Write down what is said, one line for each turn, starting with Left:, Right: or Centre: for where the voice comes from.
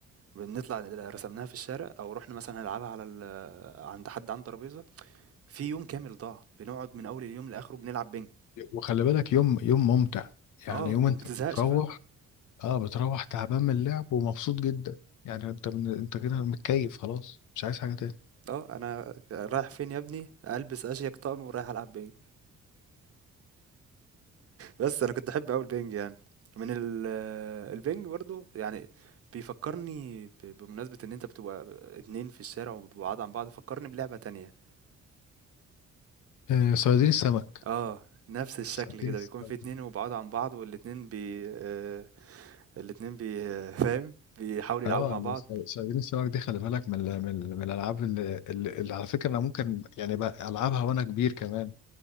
Right: بنطلع رسمناها في الشارع او رحنا مثلا هنلعبها على ال... عند حد عنده ترابيزه في يوم كامل ضاع بنقعد من اول اليوم لاخره بنلعب بينج
Left: وخلي بالك يوم يوم ممتع
Right: اه
Left: يعني
Right: وما
Left: يوم أنت
Right: بتزهقش
Left: بتروح
Right: فعلا
Left: أه بتروح تعبان من اللعب ومبسوط جدا يعني أنت من أنت كده متكيف خلاص مش عايز حاجة تاني
Right: اه انا رايح فين يا ابني البس اشيك طقم ورايح العب بينج بس انا كنت احب قوي البينج يعني من ال... البينج برضو يعني بيفكرني ب... بمناسبة ان انت بتبقى اتنين في الشارع وبعاد عن بعض فكرني بلعبة تانية
Left: آه صيادين السمك
Right: اه نفس الشكل
Left: صيادين
Right: كده
Left: السمك
Right: بيكون في اتنين وبعاد عن بعض والاتنين بي... آه، الاتنين بي فاهم بيحاولوا يلعبوا
Left: اه
Right: مع
Left: الس-
Right: بعض
Left: صيادين السمك دي خلي بالك من ال- من ال- من الالعاب اللي, اللي, اللي على فكره انا ممكن يعني بقى العبها وانا كبير كمان